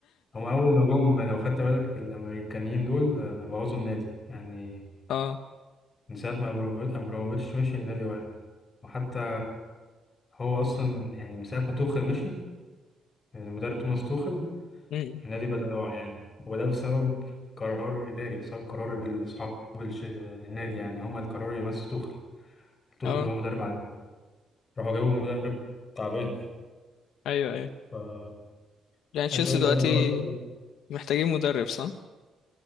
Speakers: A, on the left (about 30°); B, on the left (about 85°).
A: هم اول ما جم لو خدت بالك الامريكانيين دول آه، بوظوا النادي يعني
B: اه
A: من ساعه ما أبرامو- ابراموفيتش مشي النادي واقع وحتى هو اصلا يعني من ساعه ما توخل مشي المدرب توماس توخل
B: امم
A: النادي بدأ يقع يعني وده بسبب قرار إداري بسبب قرار أصحاب الش... النادي يعني هما القرار اللي مسك توخل توخل
B: اه
A: هو مدرب عادي راحوا جابوا مدرب تعبان
B: ايوه ايوه
A: فأنا
B: يعني تشيلسي
A: شايف
B: دلوقتي
A: يعني إدارة
B: محتاجين مدرب صح